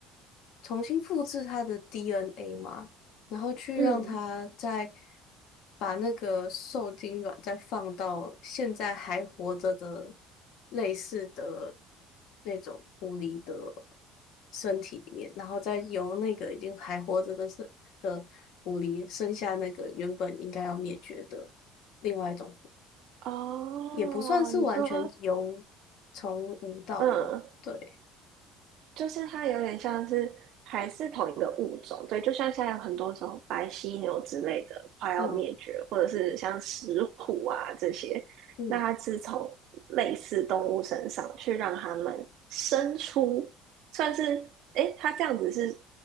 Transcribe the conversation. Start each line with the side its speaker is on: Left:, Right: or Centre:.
Left: 重新复制它的 DNA 嘛，然后去让它再
Right: 嗯，
Left: 把那个受精卵再放到现在还活着的类似的那种狐狸的身体里面，然后再由那个已经还活着的是的狐狸生下那个原本应该要灭绝的另外一种狐狸
Right: 哦，
Left: 也不算是完全由
Right: 你说，
Left: 从无到有，
Right: 嗯，
Left: 对，
Right: 就是它有点像是还是同一个物种，对，就像现在有很多种白犀牛之类的快要灭绝，
Left: 嗯
Right: 或者是像石虎啊这些，
Left: 嗯。
Right: 那它是从类似动物身上去让它们生出，算是，诶，它这样子是